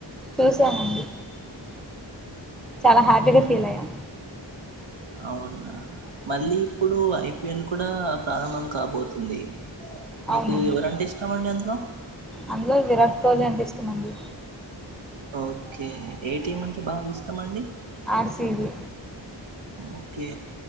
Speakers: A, in the centre; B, on the right.
A: చూసానండి చాలా హ్యాపీగా ఫీల్ అయ్యా
B: అవునా మళ్ళీ ఇప్పుడు ఐపిఎల్ కూడా ప్రారంభం కాబోతుంది మీకు
A: అవునండి
B: ఎవరంటే ఇష్టం అండి అందులో
A: అందులో విరాట్ కోహ్లీ అంటే ఇష్టమండి
B: ఓకే ఏ టీం అంటే బాగా ఇష్టం అండి
A: ఆర్ సి బి
B: ఓకే